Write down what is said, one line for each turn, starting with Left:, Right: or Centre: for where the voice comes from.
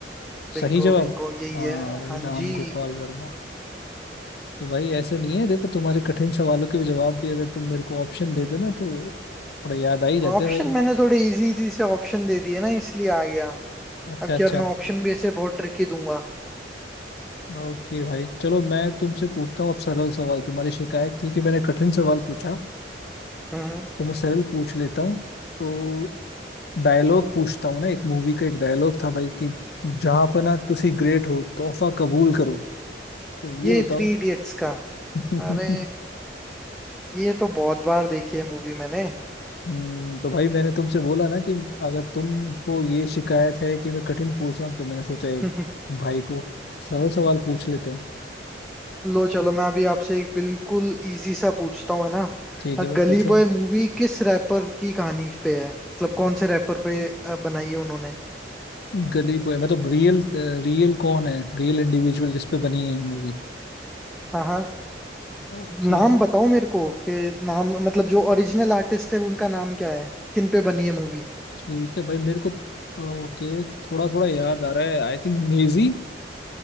Centre: बिंगो
Left: सही जवाब
Centre: बिंगो यही
Left: हाँ
Centre: है
Left: भाई
Centre: हाँ
Left: राम
Centre: जी
Left: गोपाल वर्मा तो भाई ऐसे नहीं है देखो तुम्हारे कठिन सवालों के जवाब भी अगर तुम मेरे को ऑप्शन दे दो ना तो थोड़ा याद आ ही जाते
Centre: ऑप्शन
Left: हैं भाई
Centre: मैंने थोड़े इजी इजी से ऑप्शन दे दिए ना इसलिए आ गया
Left: अच्छा
Centre: अब
Left: अच्छा
Centre: की और मैं ऑप्शन भी ऐसे बहुत ट्रिकी दूंगा
Left: ओके भाई चलो मैं तुमसे पूछता हूँ अब सरल सवाल तुम्हारी शिकायत थी कि मैंने कठिन सवाल पूछा
Centre: हम्म
Left: तो मैं सरल पूछ लेता हूँ तो डायलॉग पूछता हूँ ना एक मूवी का एक डायलॉग था भाई कि जहाँ पना तुसी ग्रेट हो तोहफा कबूल करो तो
Centre: ये
Left: ये बताओ
Centre: थ्री इडियट्स का
Left: <laughs>
Centre: अरे ये तो बहुत बार देखी है मूवी मैंने
Left: हम्म, तो भाई मैंने तुमसे बोला ना कि अगर तुमको ये शिकायत है कि मैं कठिन पूछ रहा हूँ तो मैंने सोचा एक
Centre: <laughs>
Left: भाई को सरल सवाल पूछ लेते हैं
Centre: लो चलो मैं अभी आपसे एक बिल्कुल इजी सा पूछता हूँ है ना
Left: ठीक
Centre: अ,
Left: है भाई
Centre: गली
Left: पूछो
Centre: बॉय मूवी किस रैपर की कहानी पे है मतलब कौन से रैपर पे अ, बनाई है उन्होंने
Left: गली बॉय मतलब रियल रियल कौन है रियल इंडिविजुअल जिसपे बनी है मूवी
Centre: हाँ हाँ
Left: ओके
Centre: नाम
Left: भाई
Centre: बताओ मेरे को कि नाम मतलब जो ओरिजिनल आर्टिस्ट थे उनका नाम क्या है किन पे बनी है मूवी
Left: ठीक है भाई मेरे को ओके थोड़ा थोड़ा याद आ रहा है I think Naezy